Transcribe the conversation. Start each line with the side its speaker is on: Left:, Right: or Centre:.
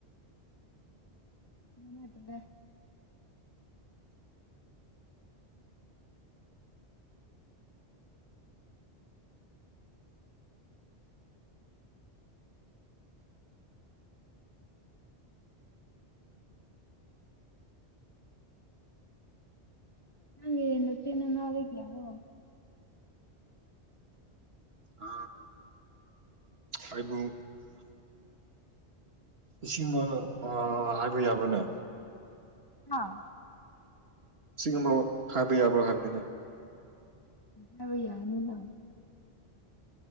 Left: ꯅꯟꯅ ꯇꯦꯔ ꯅꯪꯦ ꯅ ꯆꯦꯅ ꯅꯅꯥꯕꯦ ꯀ ꯌꯥꯗꯣ
Right: ꯑ ꯑꯩꯕꯨ ꯏꯁꯤꯡ <unintelligible> ꯍꯥꯏꯕ ꯌꯥꯕꯅꯦ
Left: ꯑ
Right: ꯁꯤꯒꯨꯝꯣ ꯍꯕꯤꯕꯤ ꯌꯥꯕꯣ ꯍꯥꯗ
Left: ꯍꯕ ꯌꯥꯅꯤꯅ